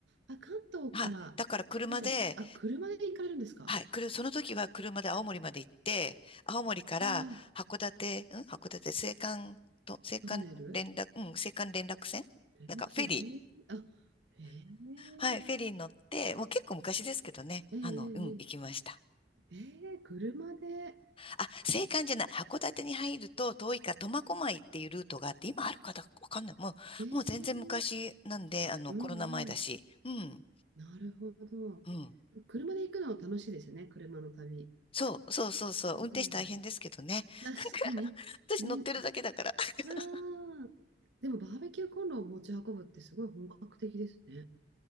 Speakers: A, on the right; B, on the left.
A: あ、関東から、
B: はい。だから車で、
A: え、じゃあ、あ、車で行かれるんですか
B: はい。くる、その時は車で青森まで行って、青森から函館、
A: わあ、
B: ん函館、青函と、青函連絡、
A: トンネル
B: うん、青函連絡船なんかフェリー。
A: 連絡船、へえ、あ、へ
B: はい。
A: え、
B: フェリーに乗って、もう結構昔ですけどね。
A: ええ、
B: あの、
A: ええ、
B: うん、行きました。
A: ええ車で、
B: あ、青函じゃない。函館に入ると遠いから苫小牧っていうルートがあって、今あるかどうかわかんない。もう、
A: ええ、
B: もう全然昔なんで、あの、
A: うんうん、
B: コロナ前だし。うん。
A: なるほど。
B: うん。
A: 車で行くのは楽しいですよね、車の旅。
B: そう、そうそうそう。運転手大変ですけどね。
A: うん、
B: <laughs>
A: 確かに。
B: なんか、私乗ってるだけだから。
A: ね、
B: <laughs>
A: ああ、でもバーベキューコンロを持ち運ぶってすごい本格的ですね。